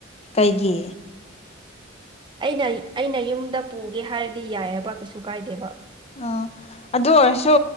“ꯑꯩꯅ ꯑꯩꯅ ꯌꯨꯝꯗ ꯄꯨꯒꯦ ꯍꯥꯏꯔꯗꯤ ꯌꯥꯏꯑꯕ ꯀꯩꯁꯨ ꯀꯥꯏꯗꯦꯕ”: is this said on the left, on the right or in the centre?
Right